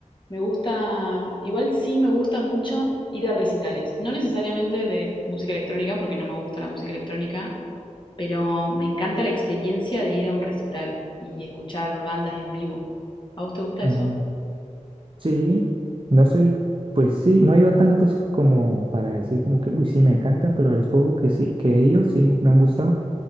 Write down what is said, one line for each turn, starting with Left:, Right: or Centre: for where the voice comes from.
Left: me gusta, igual sí me gusta mucho ir a recitales. No necesariamente de música electrónica, porque no me gusta la música electrónica, pero me encanta la experiencia de ir a un recital y escuchar bandas en vivo. ¿A vos te gusta
Right: Mm,
Left: eso?
Right: Sí, no soy, pues sí, no he ido a tantos como para decir como que, uy, sí, me encantan, pero a los pocos que sí, que he ido, sí, me han gustado.